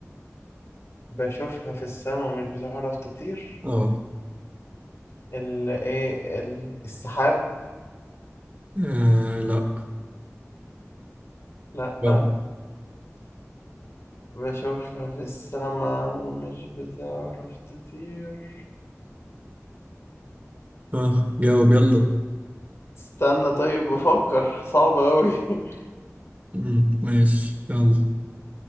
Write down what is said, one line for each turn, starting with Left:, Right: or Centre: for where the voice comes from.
Left: بشوفها في السما ومش بتعرف تطير
Right: اه
Left: ال ايه ال- السحاب
Right: آه، لا
Left: لأ
Right: غلط.
Left: بشوفها في السما ومش بتعرف تطير
Right: اه جاوب يلا
Left: استنى طيب بفكر صعب أوي <laughs>
Right: مم. ماشي يلا